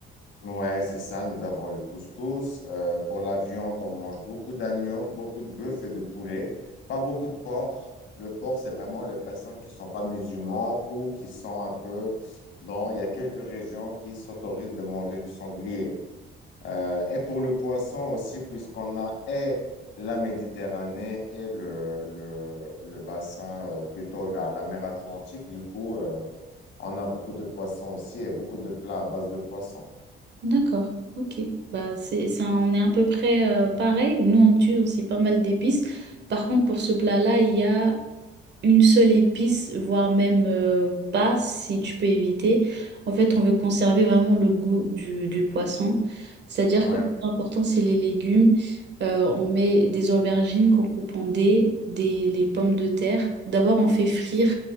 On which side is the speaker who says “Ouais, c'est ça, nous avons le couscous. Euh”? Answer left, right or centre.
Left